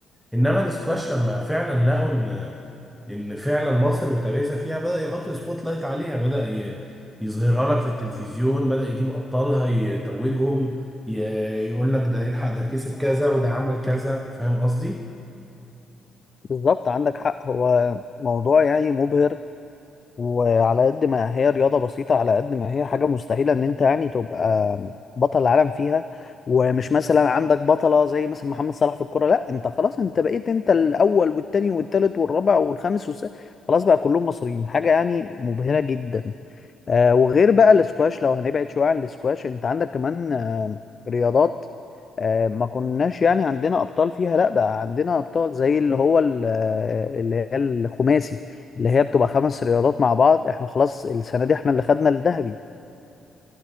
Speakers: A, in the centre; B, on the left.
A: انما السكواش لما فعلا لقوا ان فعلا مصر وتميزها فيها بدأ يحط سبوت لايت عليها بدأ ي- يظهرها لك في التلفزيون بدأ يجيب ابطالها يتوجهم ي- يقول لك ده يلحق ده كسب كذا وده عمل كذا فاهم قصدي؟
B: بالظبط عندك حق هو موضوع يعني مبهر وعلى قد ما هي رياضة بسيطة على قد ما هي حاجة مستحيلة ان انت يعني تبقى بطل العالم فيها ومش مثلا عندك بطلة زي مثلا محمد صلاح في الكرة لا انت خلاص انت بقيت انت الاول والتاني والتالت والرابع والخامس والسادس خلاص بقى كلهم مصريين حاجة يعني مبهرة جدا آه وغير بقى الاسكواش لو هنبعد شوية عن الاسكواش انت عندك كمان آه رياضات آه ما كناش يعني عندنا ابطال فيها لا بقى عندنا ابطال زي اللي هو ال- آه، اللي هي الخماسي اللي هي بتبقى خمس رياضات مع بعض احنا خلاص السنة دي احنا اللي خدنا الذهبي